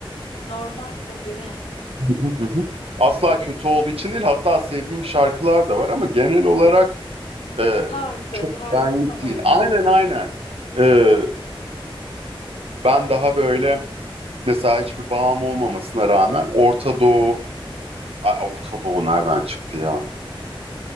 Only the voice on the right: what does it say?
<laughs> Asla kötü olduğu için değil hatta sevdiğim şarkılar da var ama genel olarak e,
çok
benlik
değil.
Aynen
aynen. E, ben daha böyle mesela hiçbir bağım olmamasına rağmen Orta Doğu Ay, Orta Doğu nereden çıktı ya?